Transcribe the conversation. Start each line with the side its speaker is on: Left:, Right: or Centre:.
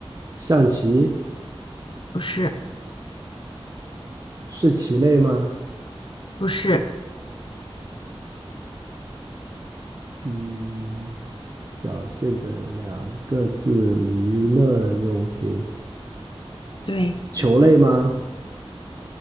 Right: 象棋
Left: 不是，
Right: 是棋类吗？
Left: 不是，
Right: 嗯，小件的两个字，娱乐用品，
Left: 对。
Right: 球类吗？